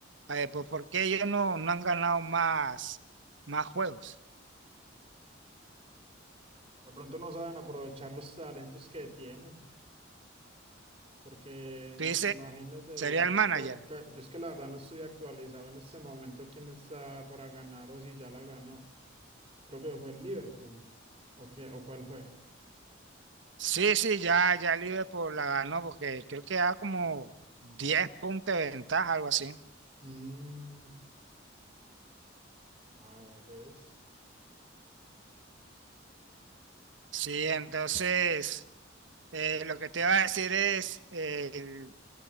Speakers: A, on the right; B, on the right.
A: Eh, pues, ¿por qué ellos no, no han ganado más, más juegos?
B: De pronto no saben aprovechar los talentos que tienen, porque
A: Tú dices,
B: imagínate,
A: sería el manager.
B: cua- cua- yo es que la verdad no estoy actualizado en este momento quién está para ganar o si ya la ganó. Creo que fue el Liverpool. ¿O, quién- o cuál fue?
A: Sí, sí, ya, ya Liverpool la ganó porque creo que da como 10 puntos de ventaja, algo así.
B: Mm, a ver, pues.
A: Sí, entonces, eh, lo que te iba a decir es, eh,